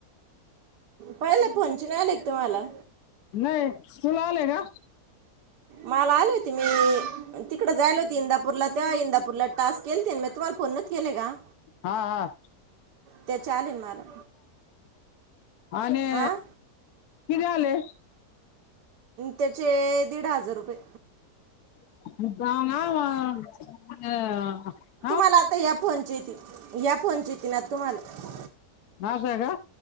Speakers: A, on the right; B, on the left.
A: पहिलं फोणच <unintelligible> एक तुम्हाला
B: नाही, तुला आले का?
A: मला आलेत. त मी तिकडं जायेल होती इंदापूरला त्या इंदापूरला टास्क केल ते मी, तुम्हाला फोनच नोव्हेते केलेय का?
B: हा हा.
A: त्याचे आलेन मला.
B: आणि
A: आ
B: किती झाले?
A: त्याचे दीड हजार रुपये.
B: ना <unintelligible>
A: तुम्हाला आता या फोनचे येतील या फोनचे येतील ना तुम्हाला.
B: अस का?